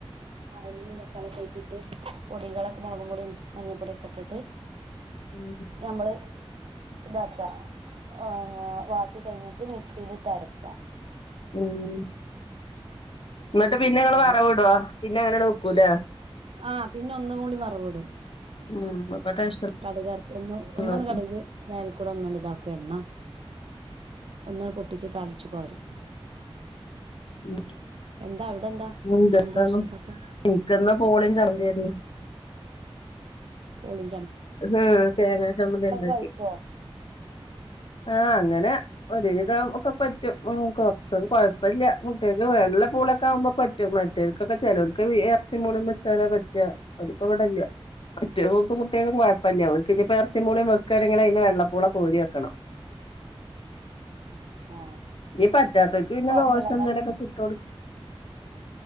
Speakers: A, on the right; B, on the left.
A: വെല്ലുള്ളി തക്കാളി ഒക്കെയിട്ടിട്ട് പൊടികളൊക്കെ മുളക് മഞ്ഞൾ പൊടിയോക്കെ ഇട്ടിട്ട്
B: ഉം
A: ഞമ്മള് ഇതാക്ക ഏഹ് ങ്ങേ വാട്ടി കഴിഞ്ഞിട്ട് മിക്സിയിലിട്ട് അരക്ക
B: ഉം ന്നിട്ട്
A: അതന്നെയാണ്
B: പിന്നെ നിങ്ങള്
A: സംഭവം
B: വറവവിടൊ പിന്നെങ്ങനെ കുല.
A: ആ പിന്നെ ഒന്ന് കൂടി വറവ്ടും.
B: ഉം ടേസ്റ്റ്
A: കടകാർക്ക് ഒന്ന
B: ഉണ്ടാവും
A: ഒന്ന കടക് മേൽക്കൂടെ ഒന്നുകണ്ട് ഇതാക്കും എണ്ണ ഒന്ന പൊട്ടിച്ച് താളിച്ചു പാരും.
B: ഉം <unintelligible>
A: എന്താ അവിടെ എന്താ
B: എനിക്കന്ന്
A: ഇന്ന് ദോശക്കൊക്കെ
B: <unintelligible> ശർധിം ആര്ന്നു
A: പോളി
B: ആഹ് തേങ്ങാ ചമ്മന്തിണ്ടാക്കി.
A: കഴിക്കുവോ
B: ആഹ് അങ്ങനെ ഒരുവിധം ഒക്കെ പറ്റും. പക്ഷ കുഴപ്പൊല്ല കുട്ടികക്ക് വെള്ളപ്പൂളൊക്കെ ആകുമ്പോ പറ്റും. മറ്റേർക്കൊക്കെ ചെലോർക്ക് ഇറച്ചി പുളയും വെച്ചാലോ പറ്റ്അ അവപ്പോ ഇവിടല്ല മറ്റക്ക് കുട്ടികക്കും കുഴപ്പല്ല. അവക്ക് ഇനിയിപ്പോ ഇറച്ചി മൂളിയും വെക്കുകയാണെങ്കി അയിന്റ വെള്ളപ്പൂള കോരി വെക്കണം.
A: ആ
B: ഈ പറ്റാതോർക്ക് പിന്നെ
A: കൊഴപ്പില്ല
B: ദോശം
A: എന്നാലും
B: എന്തൊലുക്കെ ചുട്ട് കൊടുക്കും.